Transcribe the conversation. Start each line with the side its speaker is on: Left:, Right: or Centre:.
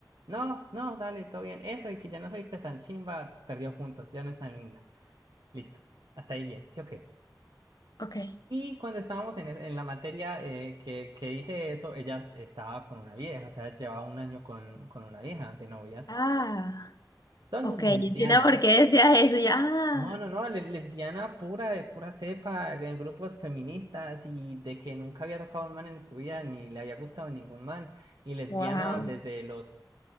Right: No, no, dale, todo bien. Eso y que ya no se viste tan chimba, perdió puntos, ya no es tan linda. Listo. Hasta ahí bien, ¿sí o qué?
Left: Ok.
Right: Y cuando estábamos en, es- en la materia eh, que, que dije eso, ella estaba con una vieja, o sea, llevaba un año con, con una vieja de novias.
Left: Ah,
Right: Entonces,
Left: ok, entiendo
Right: lesbiana.
Left: por qué decías eso. Yo, ah,
Right: No, no, no, le- lesbiana pura, de pura cepa, en grupos feministas y de que nunca había tocado a un man en su vida, ni le había gustado ningún man. Y lesbiana
Left: wow,
Right: desde los